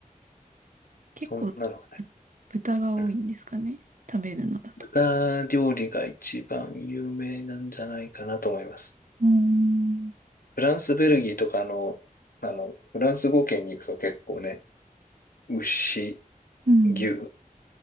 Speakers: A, on the right; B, on the left.
A: 結構、
B: そんなのがない。
A: ぶ豚が多いんですかね。
B: うん
A: 食べるのだと。
B: 豚料理が一番有名なんじゃないかなと思います。
A: うーん。
B: フランス、ベルギーとかあの、あの、フランス語圏に行くと結構ね、牛、
A: うん。
B: 牛